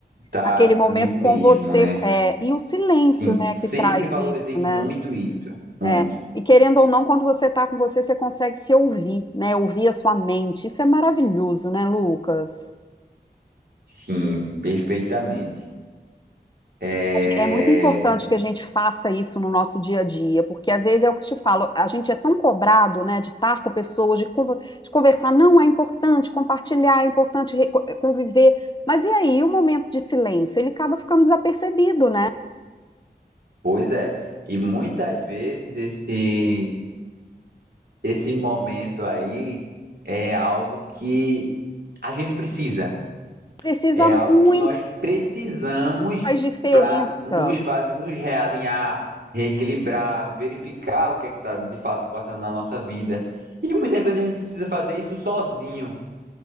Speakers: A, on the right (about 70°); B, on the left (about 25°).
A: tá
B: Aquele momento
A: comigo mesmo,
B: com você,
A: né?
B: é, e o silêncio,
A: Sim,
B: né,
A: sempre
B: que traz
A: valorizei
B: isso, né?
A: muito isso, muito.
B: É, e querendo ou não, quando você está com você, você consegue se ouvir, né? Ouvir a sua mente. Isso é maravilhoso, né, Lucas?
A: Sim, perfeitamente. É,
B: É muito importante que a gente faça isso no nosso dia a dia, porque às vezes é o que eu te falo, a gente é tão cobrado, né, de estar com pessoas, de, conver- de conversar. Não, é importante compartilhar, é importante re- conviver. Mas e aí, o momento de silêncio? Ele acaba ficando desapercebido, né?
A: pois é, e muitas vezes esse esse momento aí é algo que a gente precisa,
B: Precisa
A: é algo
B: muito,
A: que nós precisamos
B: faz diferença.
A: para nos fazer, nos realinhar, reequilibrar, verificar o que é que está de fato passando na nossa vida. E muitas vezes a gente precisa fazer isso sozinho.